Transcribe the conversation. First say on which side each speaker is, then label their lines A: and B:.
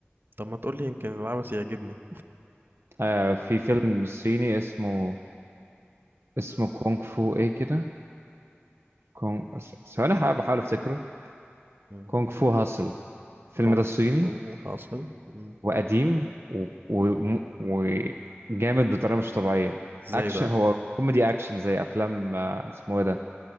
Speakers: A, on the right; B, on the right.
A: طب ما تقول لي يمكن العبث يعجبني
B: آه في فيلم صيني اسمه اسمه كونغ فو إيه كده كونغ س- ثواني حا- بحاول أفتكره
A: مم.
B: كونغ فو هاسل الفيلم
A: كونغ
B: ده الصيني
A: فو حاصل مم.
B: وقديم و- و- وجامد بطريقه مش طبيعيه
A: ازاي
B: اكشن
A: بقى
B: هو كوميدي اكشن زي افلام آه، اسمه ايه ده